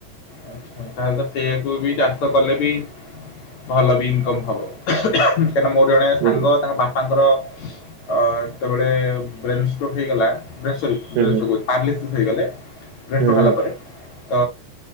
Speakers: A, on the left; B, on the right.
A: ଆଚ୍ଛା ତାହେଲେ ସେୟାକୁ ବି ଚାଷ କଲେ ବି ଭଲ ବି ଇନକମ ହବ। ସେ ମୋର ଜଣେ
B: ହୁଁ
A: ସାଙ୍ଗ ତାଙ୍କ ବା ତାଙ୍କର ଅ ଯେତେବେଳେ ବ୍ରେନଷ୍ଟ୍ରକ୍ ହେଇଗଲା ନାଇ ସରୀ
B: ହୁଁ
A: ବ୍ରେନଷ୍ଟ୍ରକ୍ କହୁଛି। ପାରାଲିସିସ୍ ହେଇଗଲେ ବ୍ରେନଷ୍ଟ୍ରକ୍
B: ହୁଁ ହୁଁ,
A: ହେଲା ପରେ ତ।